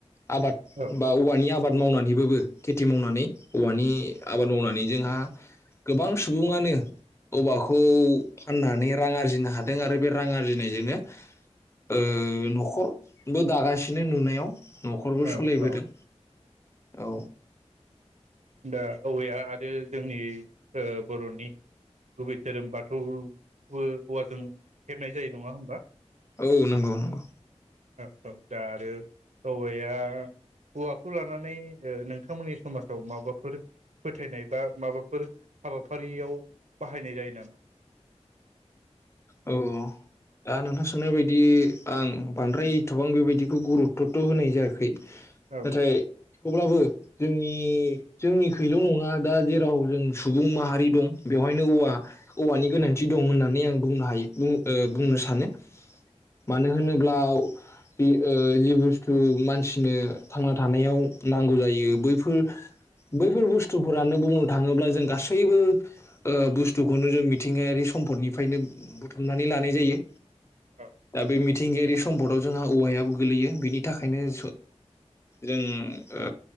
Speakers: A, on the left; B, on the right.
A: आबाद
B: औ
A: बा औवानि आबाद मावनानैबाबो खेथि मावनानै औवानि आबाद मावनानै जोंहा गोबां सुबुङानो औवाखौ फाननानै रां आरजिनो हादों आरो बे रां आरजिनायजोंनो ओ न'खरबो दागासिनो नुनायाव न'खरबो
B: औ
A: सलायबोदों
B: औ
A: औ
B: दा औवा आरो जोंनि ओ बर'नि गुबै धोरोम बाथौबो औवाजों खेबनाय जायो नङा होमबा?
A: औ नंगौ नंगौ
B: औ औ दा औ वाया औवाखौ लानानै नोंथांमोननि समाजाव माबाफोर फोथायनाय बा माबाफोर हाबाफारियाव बाहायनाय जायो नामा?
A: औ दा नोंथां सोंनाय बायदि आं बांद्राय एथबां बेबायदिखौ गुरुकथ' होनाय जायाखै
B: औ
A: नाथाय थेवब्लाबो जोंनि जोंनिखैल' नङा दा जेराव जों सुबुं माहारि दं बेवहायनो औवा औवानि गोनांथि दं होननानै आं बुंनो हायो। बुं ओ
B: औ
A: बुंनो सानो। मानो होनोब्ला बि ओ जि बुस थु मानसिनो थांना थानायाव नांगौ जायो बैफोर बैफोर बुस्थुफोरानो बुंनो थाङोब्ला जों गासैबो ओ बुस्थुखौनो जों मिथिंगायारि सम्पदनिफ्रायनो बुथुमनानै लानाय जायो।
B: औ
A: दा बे मि थिंगायारि सम्पदाव जोंहा औवायाबो गोलैयो बिनि थाखायनो ओ जों ओ